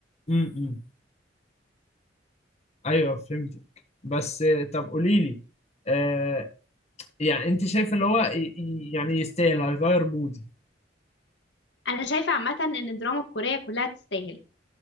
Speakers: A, on the left; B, on the left.
A: مم. مم. ايوه فهمتك بس آه، طب قولي لي آه يعني انت شايف اللي هو ي- ي- يعني يستاهل هيغير مودي
B: أنا شايفة عامة إن الدراما الكورية كلها تستاهل